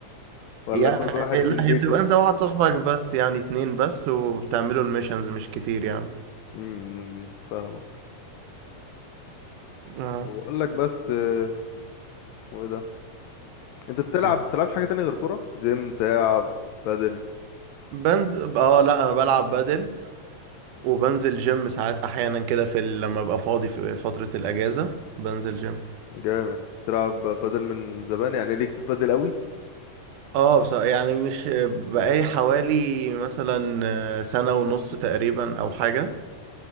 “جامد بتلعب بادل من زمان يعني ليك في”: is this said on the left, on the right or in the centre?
Left